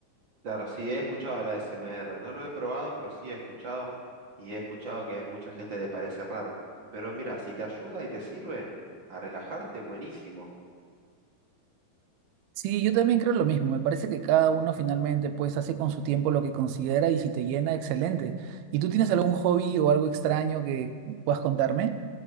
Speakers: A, on the right; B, on the right.
A: Claro, sí he escuchado la SMR, no lo he probado, pero sí he escuchado y he escuchado que hay mucha gente que le parece raro. Pero mira, si te ayuda y te sirve a relajarte, buenísimo.
B: Sí, yo también creo lo mismo. Me parece que cada uno finalmente pues hace con su tiempo lo que considera y si te llena, excelente. ¿Y tú tienes algún hobby o algo extraño que puedas contarme?